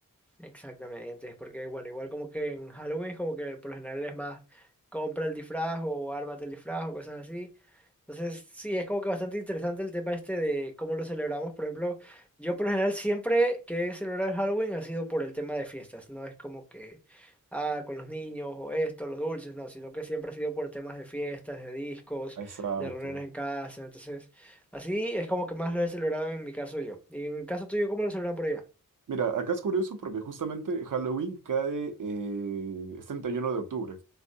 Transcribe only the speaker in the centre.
Exactamente, porque bueno, igual como que en Halloween como que por lo general es más compra el disfraz o ármate el disfraz o cosas así. Entonces, sí, es como que bastante interesante el tema este de cómo lo celebramos. Por ejemplo, yo por lo general siempre que he celebrado el Halloween ha sido por el tema de fiestas, no es como que, ah, con los niños o esto, los dulces, no, sino que siempre ha sido por temas de fiestas, de discos,
de reuniones en casa. Entonces, así es como que más lo he celebrado en mi caso yo. Y en el caso tuyo, ¿cómo lo celebran por allá?